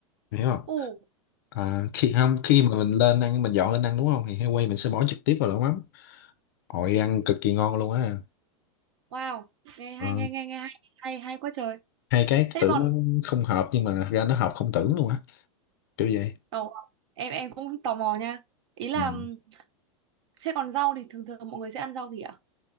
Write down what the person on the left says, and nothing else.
Em hiểu không?
À, khi không khi mà mình lên ăn mình dọn lên ăn đúng không thì heo quay mình sẽ bỏ trực tiếp vào lẩu mắm. Ôi ăn cực kỳ ngon luôn á.
Ờ,
hai cái
tưởng
nó không hợp nhưng mà thật ra nó hợp không tưởng luôn á, kiểu vậy.
Ừ.